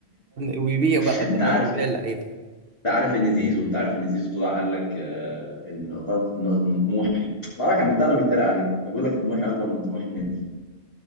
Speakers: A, on the right (about 60°); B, on the left (about 25°).
A: وبيبيع بقى
B: انت
A: انت
B: عارف
A: فاهم بيبيع اللعيبة
B: انت عارف ان زيزو انت عارف ان زيزو طلع قال لك آه، ان اداره ان إن طموحي طلع كان بيتكلم بيتريق عليكم كان بيقول لك طموحي اكبر من طموح النادي